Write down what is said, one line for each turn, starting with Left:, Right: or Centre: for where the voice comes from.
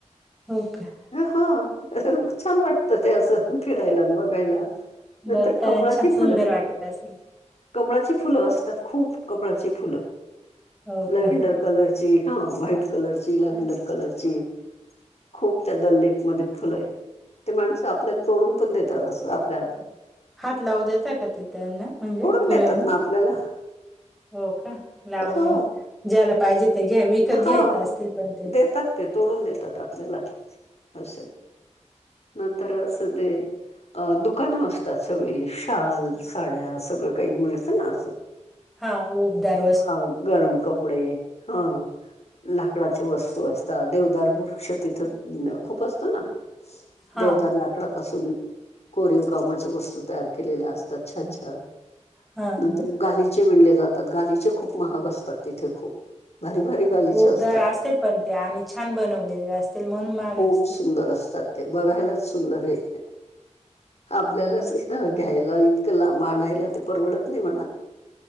Centre: हो काय?
Left: हा छान वाटतं ते असं फिरायलान बघायला. नंतर
Centre: बघताना
Left: कमळाची
Centre: छान
Left: फुलं
Centre: <unintelligible>
Left: कमळाची फुलं असतात खूप कमळाची फुलं
Centre: हो
Left: लेवंडर
Centre: का
Left: कलरची हा व्हाईट कलरची लेवहेंडर कलर ची. खूप त्या दल लेख मध्ये फुलं आहे. ते माणसं आपल्याला तोडून पण देतात असं आपल्या हातात.
Centre: हात लावू देता काय ते त्यांना? म्हणजे
Left: तोडून
Centre: फुलांना
Left: देतात ना आपल्याला.
Centre: हो का लावून
Left: हो
Centre: ज्याला पाहिजे ते घ्या- विकत
Left: हा
Centre: घ्यायच असतील पण ते?
Left: देतात ते तोडून देतात आपल्याला आस नंतर ते दुकानं असतात सगळे शाल्स ड्या सगळ काही मिळत ना
Centre: हा उबदार वस्
Left: हा गरम कपडे हा. लाकडाच्या वस्तू असतात देवदार वृक्ष तिथं खूप असतो ना.
Centre: हा
Left: देवदार लाकडापासून कोरीव कामाच्या वस्तू तयार केलेल्या असतात. छान छान
Centre: हा
Left: नंतर
Centre: ना
Left: गाली चे विणले जातात गालिचे खूप महाग असतात तिथे खुप भारी भारी गालीचे
Centre: ऊबदार
Left: असतात
Centre: असतील पण ते आणि छान बनवलेले असतील म्हणून महाग
Left: खूप
Centre: असतील
Left: सुंदर असतात. ते बघायलाच सुंदरये आपल्यालाच
Centre: हो ना
Left: घ्यायला इ लांब आनायला ते परवडत नाही म्हणा.